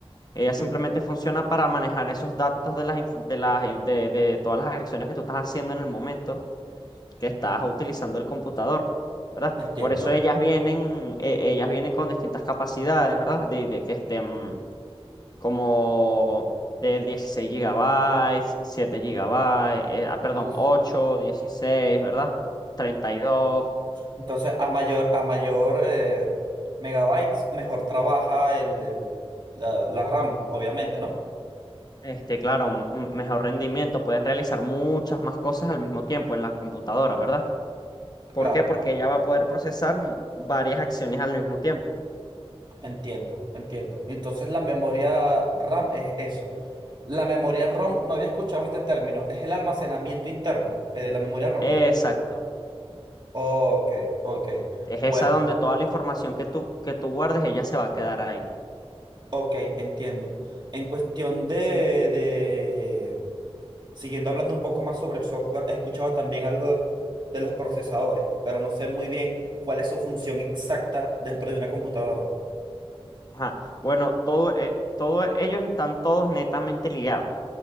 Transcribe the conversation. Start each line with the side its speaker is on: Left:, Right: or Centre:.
Left: Ella simplemente
Right: mm,
Left: funciona para manejar esos datos de las, inf- de las, de, de todas las acciones que tú estás haciendo en el momento que estás utilizando el computador, ¿verdad?
Right: entiendo.
Left: Por eso ellas vienen, e- ellas vienen con distintas capacidades, ¿verdad? De, de que estén como de 16 gigabytes, 7 gigabytes, eh, ah, perdón,
Right: Uf.
Left: 8, 16, ¿verdad? Treinta y dos,
Right: Entonces, a mayor, a mayor eh, megabytes, mejor trabaja el, el- la, la RAM, obviamente, ¿no?
Left: Este, claro, m- mejor rendimiento, puedes realizar muchas más cosas al mismo tiempo en la computadora, ¿verdad? ¿Por
Right: Claro,
Left: qué? Porque
Right: claro.
Left: ella va a poder procesar m- varias acciones al mismo tiempo.
Right: Entiendo, entiendo. Entonces la memoria RAM es eso. La memoria ROM, no había escuchado este término, es el almacenamiento interno, eh, la memoria ROM.
Left: Exacto.
Right: Ok, ok.
Left: Es
Right: Bueno,
Left: esa donde toda la información que tú, que tú guardes, ella se va a quedar ahí.
Right: ok, entiendo. En cuestión de, de... Siguiendo hablando un poco más sobre el software, he escuchado también algo de los procesadores, pero no sé muy bien cuál es su función exacta dentro de una computadora.
Left: Ajá. Bueno, todo, eh, todos ellos están todos netamente ligados,